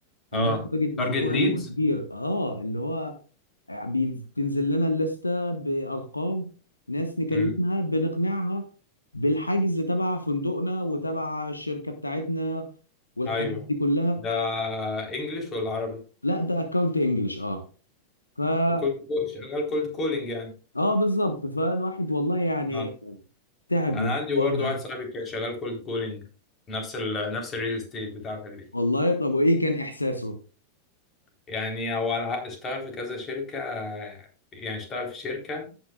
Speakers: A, on the left; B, on the left.
A: اه
B: عندنا بادجت
A: تارجت
B: اسبوعي
A: ليدز
B: وكبير اه اللي هو بتنزل لنا الليسته بارقام ناس نكلمها
A: امم
B: بنقنعها بالحجز تبع فندقنا وتبع الشركه بتاعتنا والحاجات
A: ايوه
B: دي كلها
A: ده انجلش ولا عربي
B: لا ده اكونت انجلش اه فا
A: وكولد كول شغال كولد كولينج يعني
B: اه بالظبط فالواحد والله يعني
A: اه
B: تعب
A: انا
B: من
A: عندي
B: الحوار
A: برضه
B: ده
A: واحد صاحبي كان شغال كولد كولينج نفس ال نفس الريل استيت بتاعتك دي
B: والله طب وايه كان احساسه
A: يعني هو على- اشتغل في كذا شركة يعني اشتغل في شركة